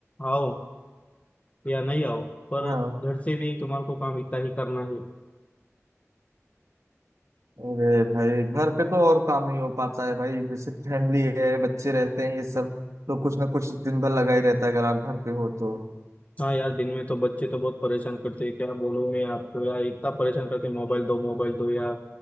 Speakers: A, on the left; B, on the right.
A: आओ या नहीं आओ पर
B: हाँ
A: घर से भी तुम्हारे को काम इतना ही करना है
B: अरे भाई घर पे तो और काम नहीं हो पाता है भाई जैसे फैमिली है बच्चे रहते हैं ये सब तो कुछ ना कुछ दिन भर लगा ही रहता है अगर आप घर पे हो तो
A: हाँ यार दिन में तो बच्चे तो बहुत परेशान करते हैं क्या बोलूं मैं आपको यार इतना परेशान करते हैं मोबाइल दो मोबाइल दो यार